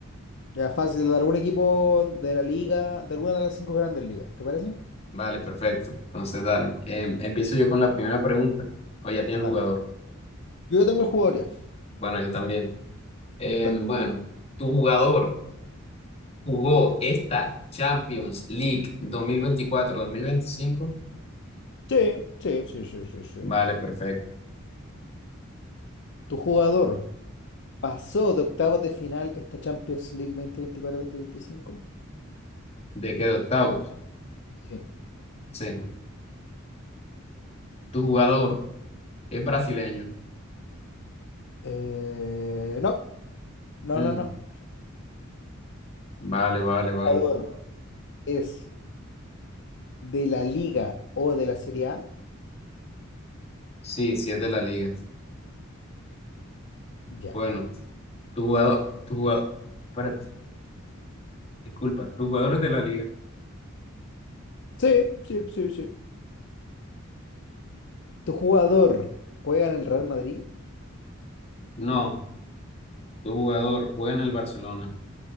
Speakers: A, on the left; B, on the left.
A: Ya fácil, de algún equipo de la liga, de alguna de las cinco grandes ligas, ¿te parece?
B: Vale, perfecto. Entonces, dale. Em, empiezo yo con la primera pregunta. O ya tiene el
A: Dale.
B: jugador.
A: Yo ya tengo el jugador ya.
B: Bueno, yo también. Em,
A: Dale.
B: bueno, tu jugador. jugó esta Champions League dos dos mil veinticuatro mil veinticinco
A: Sí, sí, sí, sí, sí, sí.
B: Vale, perfecto.
A: ¿Tu jugador pasó de octavos de final esta Champions League 2024 veinticinco.
B: ¿De qué de octavos?
A: Sí.
B: Sí. ¿Tu jugador es brasileño?
A: Eh, no, no,
B: Mm,
A: no, no.
B: Vale, vale, vale.
A: Jugador es de la Liga o de la Serie A?
B: Sí, sí es de la liga.
A: Ya.
B: Bueno, tu jugador, tu jugador, espérate, disculpa, ¿tu jugador es de la liga?
A: Sí, sí, sí, sí. ¿Tu jugador juega en el Real Madrid?
B: No, tu jugador juega en el Barcelona.